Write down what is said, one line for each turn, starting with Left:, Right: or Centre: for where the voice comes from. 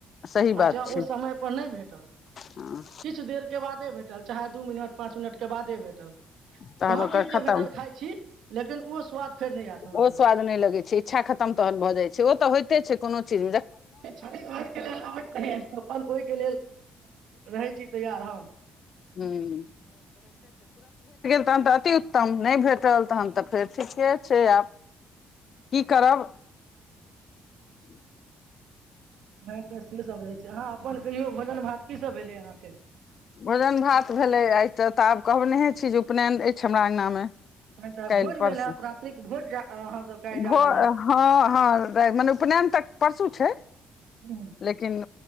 Left: सही
Right: आ
Left: बात
Right: जँ
Left: छै
Right: ओ समय पर नहि भेटल
Left: हँ
Right: किछु देर के बाद। भेटल चाहे दू मिनट। पाँच मिनट के बादे भेटल
Left: तहन
Right: त हॅ
Left: ओकर
Right: ठीक छै
Left: खतम
Right: भेटल खाइ छी। लेकिन ओ स्वाद। फेर नहि आयत हमरा
Left: ओ
Right: लग
Left: स्वाद न नहि लगे छै इच्छा खतम तहन भऽ जाइ छै। ओ तऽ होइइत छै कोनो चीज।
Right: लेल ओहिके लेल रहै छी। तयार हँ।
Left: हूँ तखैन त अतिउत्तम, नहि भेटल तखन त फेर ठीके छै आब की करब ह्म <unintelligible>
Right: नै त से सब रहैत छै अहाँ अपन कहियौ भोजन भात की सस भेलै अहाँके
Left: भोजन भात भेलै आइ तऽ तऽ आब कहनहे छी जे उपनयन अछि हमरा अङ्गनामे।
Right: तहन तऽ
Left: काल्हि
Right: भोज
Left: परस
Right: भेल हैत रात्रिक भोज जा अहाँ सबके आइ जागल
Left: भो
Right: हैत
Left: हँ हँ मने उपनयन तक। परसु छै?
Right: हूँ
Left: लेकिन,